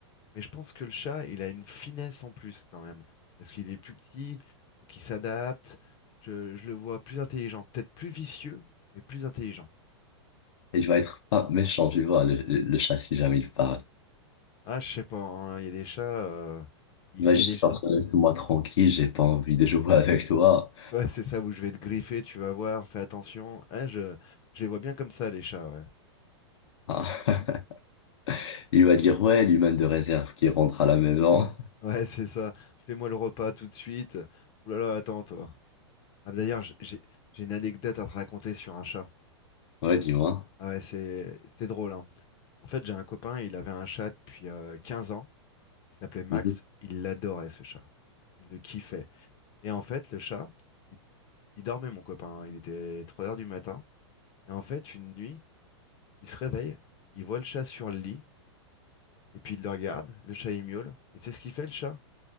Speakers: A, on the left; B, on the left.
A: Mais je pense que le chat, il a une finesse en plus quand même, parce qu'il est plus petit, faut qu'il s'adapte. Je, je le vois plus intelligent, peut-être plus vicieux, mais plus intelligent.
B: Et je vais être pas méchant, tu vois, le, le- le chat, si jamais il parle.
A: Ah, je sais pas, hein, il y a des chats, euh, il
B: Il va
A: il
B: juste
A: y a des,
B: sortir, laisse-moi tranquille, j'ai pas envie de jouer <laughs> avec toi.
A: Ouais, c'est ça où je vais te griffer, tu vas voir, fais attention. Ouais, je, je les vois bien comme ça, les chats, ouais. <laughs>
B: Ah. <laughs> Il va dire, ouais, l'humain de réserve qui rentre à la maison.
A: Ouais, c'est ça. Fais-moi le repas tout de suite. Ouh là là, attends, toi. Ah, bah, d'ailleurs, j- j'ai j'ai une anecdote à te raconter sur un chat.
B: Ouais, dis-moi.
A: Ah ouais, c'est c'est drôle, hein. En fait, j'ai un copain, il avait un chat depuis euh, 15 ans. Il s'appelait Max.
B: Mhm.
A: Il l'adorait, ce chat. Il le kiffait. Et en fait, le chat, il, il dormait, mon copain. hein. Il était 3 heures du matin. Et en fait, une nuit, il se réveille, il voit le chat sur le lit. Et puis il le regarde, le chat il miaule. Et tu sais ce qu'il fait le chat?